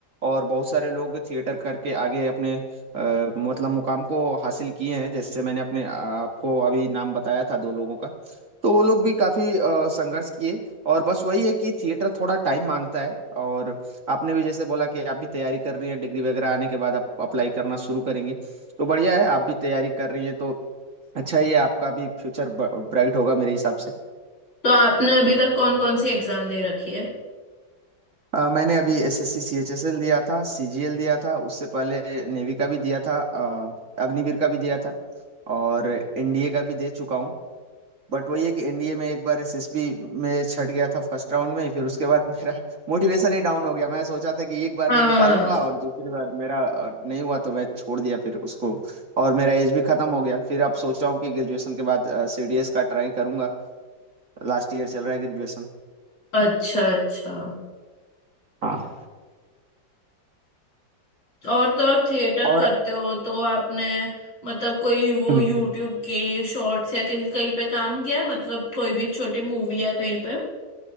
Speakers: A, on the right; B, on the left.
A: और बहुत सारे लोग थिएटर करके आगे अपने अ, मतलब मुकाम को हासिल किए हैं जैसे मैंने अपने अ, आपको अभी नाम बताया था दो लोगों का तो वो लोग भी काफी अ, संघर्ष किए और बस वही है कि थिएटर थोड़ा टाइम मांगता है और आपने भी जैसे बोला कि आप भी तैयारी कर रही हैं डिग्री वगैरह आने के बाद आप अप्लाई करना शुरू करेंगी तो बढ़िया है आप भी तैयारी कर रही हैं तो अच्छा ही है आपका भी फ्यूचर ब्राइट होगा मेरे हिसाब से
B: तो आपने अभी तक कौन कौन सी एग्जाम दे रखी है
A: अ, मैंने अभी एसएससी सीएचएसएल दिया था सीजीएल दिया था उससे पहले नेवी का भी दिया था अ, अग्निवीर का भी दिया था और एनडीए का भी दे चुका हूँ बट वही है कि एनडीए में एक बार एसएसबी में छट गया था फर्स्ट राउंड में ही, फिर उसके बाद मेरा मोटिवेशन ही डाउन हो गया मैं सोचा था कि एक बार
B: हाँ
A: मैं निकालूंगा और दूसरी बार मेरा अ, नहीं हुआ तो मैं छोड़ दिया फिर उसको और मेरा एज भी खत्म हो गया फिर अब सोचा हूँ कि ग्रेजुएशन के बाद सीडीएस का ट्राई करूंगा लास्ट ईयर चल रहा है ग्रेजुएशन
B: अच्छा अच्छा
A: हाँ
B: और तो आप थिएटर
A: और
B: करते हो तो आपने मतलब कोई वो
A: हम्म
B: यूट्यूब की शॉर्ट्स या किसी कहीं पे काम किया है मतलब कोई भी छोटी मूवी या कहीं पे